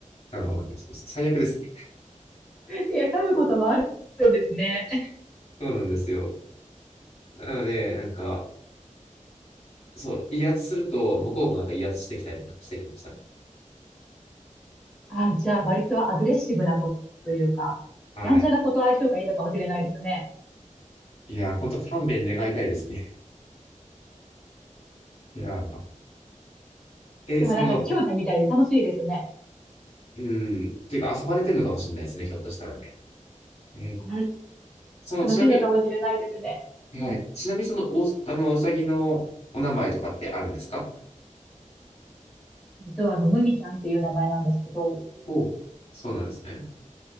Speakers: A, on the left (about 50°); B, in the centre.
A: あの、最悪ですね。
B: いや、噛むこともあるんですね。
A: そうなんですよ。なので、なんか、そう、威圧すると、向こうもなんか威圧してきたりとかしてきましたね。
B: あ、じゃあ、割とアグレッシブな子というか、
A: はい。
B: やんちゃな子と相性がいいのかもしれないですね。
A: いや、本当勘弁願いたいですね。いや、え、
B: でもなんか、
A: その、
B: 兄弟みたいで楽しいですね。
A: うん、というか遊ばれてるのかもしれないですね、ひょっとしたらね。えー
B: あ
A: その、
B: 楽しいのかもしれないですね。
A: ちなみに、
B: うん。
A: はい。ちなみに、その、お、あの、うさぎのお名前とかってあるんですか
B: 実はあの、麦ちゃんっていう名前なんですけど、
A: おう、そうなんですね。